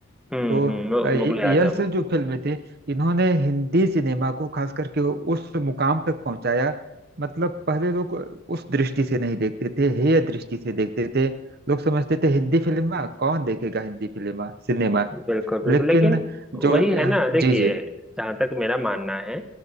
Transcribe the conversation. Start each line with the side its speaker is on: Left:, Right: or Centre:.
Centre: हम्म
Right: तो
Centre: हम्म मु-
Right: अ, य-
Centre: मुगले आजम
Right: यह सब जो फिल्में थी इन्होंने हिंदी सिनेमा को खास करके उस मुकाम तक पहुंचाया मतलब पहले लोग उस दृष्टि से नहीं देखते थे हेय दृष्टि से देखते थे लोग समझते थे हिंदी फिल्मा कौन देखेगा हिंदी फिल्मा सिनेमा
Centre: बिल्कुल बिल्कुल
Right: लेकिन
Centre: लेकिन
Right: जो
Centre: वही है
Right: अ,
Centre: ना देखिए
Right: जी जी
Centre: जहां तक मेरा मानना है